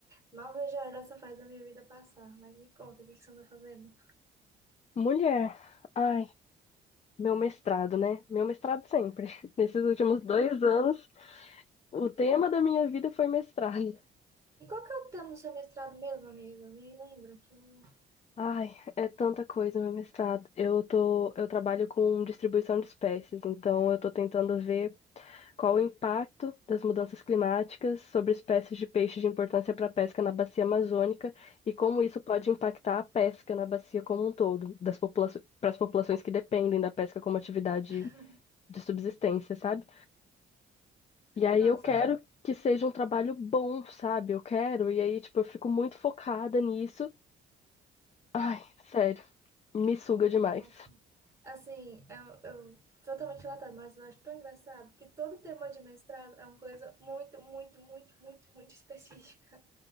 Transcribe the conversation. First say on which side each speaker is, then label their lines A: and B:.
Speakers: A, on the right (about 20°); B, on the left (about 35°).
A: Mal vejo a hora dessa fase da minha vida passar. Mas me conta, o que que você anda fazendo?
B: Mulher, ai, meu mestrado, né? Meu mestrado sempre. <laughs> Nesses últimos dois anos, o tema da minha vida foi mestrado.
A: E qual que é o tema do seu mestrado mesmo, amiga? Me lembra que eu...
B: Ai, é tanta coisa, meu mestrado. Eu tô, eu trabalho com distribuição de espécies, então eu tô tentando ver Qual o impacto das mudanças climáticas sobre espécies de peixe de importância para a pesca na bacia amazônica e como isso pode impactar a pesca na bacia como um todo, das popula para as populações que dependem da pesca como atividade
A: <laughs>
B: de subsistência, sabe? E aí
A: Nossa,
B: eu quero
A: a-
B: que seja um trabalho bom, sabe? Eu quero, e aí, tipo, eu fico muito focada nisso. Ai, sério, me suga demais.
A: Nossa. Assim, eu, eu totalmente latado, mas eu acho tão engraçado que todo tema de mestrado é uma coisa muito, muito, muito, muito, muito <laughs> específica.